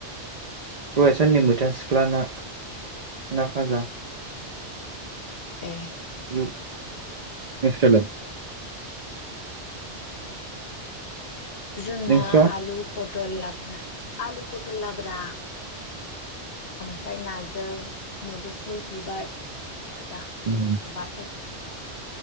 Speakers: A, on the right; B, on the left.
A: दहाय साननि मैथा सिख्ला ना ना भाजा।
B: ए
A: उम नोंसोरा ला?
B: जोंना
A: नोंस्रा
B: आलु पटल लाब्रा आलु पटल लाब्रा ओमफ्राय नाजों मुदुफुल बिबार फाजा
A: उम
B: बाथोन